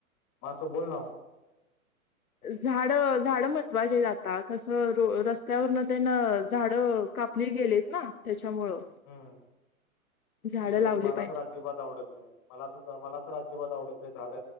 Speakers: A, on the left; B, on the left.
A: मा असं बोल ना
B: झाड झाड महत्त्वाची जाता कसं र रस्त्यावरन त्यांन झाड कापली गेलेत ना त्याच्यामुळं
A: हम्म.
B: झाडं
A: ते
B: लावली
A: मला
B: पाहिजे
A: तर अजिबात आवडत नाही मला सुद्धा मला तर अजिबात आवडत नाही झाड